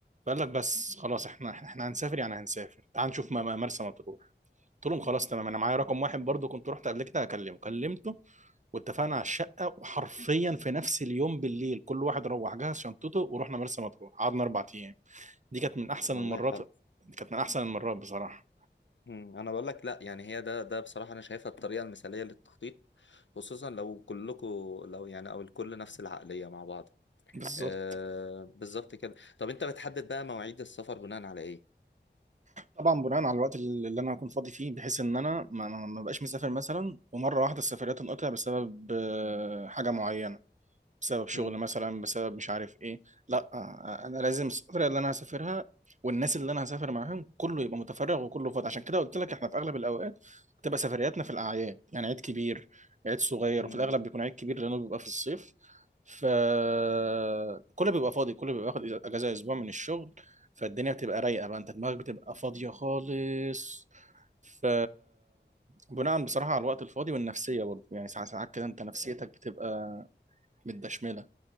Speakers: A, on the right; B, on the left.
A: فقال لك بس خلاص احنا احنا هنسافر يعني هنسافر تعال نشوف م- مرسى مطروح قلت لهم خلاص تمام انا معايا رقم واحد برضو كنت رحت قبل كده هكلمه كلمته واتفقنا على الشقه وحرفيا في نفس اليوم بالليل كل واحد روح جهز شنطته ورحنا مرسى مطروح قعدنا اربع ايام دي كانت من احسن
B: والله
A: المرات
B: حلو
A: دي كانت من احسن المرات بصراحه
B: مم. انا بقول لك لا يعني هي ده ده بصراحة انا شايفها الطريقة المثالية للتخطيط خصوصا لو كلكم لو يعني او الكل نفس العقلية مع بعض
A: بالظبط
B: آه بالظبط كده طب انت بتحدد بقى مواعيد السفر بناء على ايه
A: طبعا بناء على الوقت اللي اللي انا هكون فاضي فيه بحيث ان انا ما, ما ما بقاش مسافر مثلا ومره واحده السفرية تنقطع بسبب آه، حاجه معينه بسبب شغل
B: مم.
A: مثلا بسبب مش عارف ايه لا آه، آه، انا لازم السفرية اللي انا هسافرها والناس اللي انا هسافر معاهم كله يبقى متفرغ وكله فاضي عشان كده قلت لك احنا في اغلب الاوقات بتبقى سفرياتنا في الاعياد يعني عيد كبير عيد صغير
B: مم.
A: وفي الاغلب بيكون عيد كبير لانه بيبقى في الصيف فكله بيبقى فاضي كله بيبقى واخد اجازة اسبوع من الشغل فالدنيا بتبقى رايقة بقى انت دماغك بتبقى فاضية خالص ف بناء بصراحة على الوقت الفاضي والنفسية برضه يعني ساعات ساعات كده انت نفسيتك بتبقى متدشملة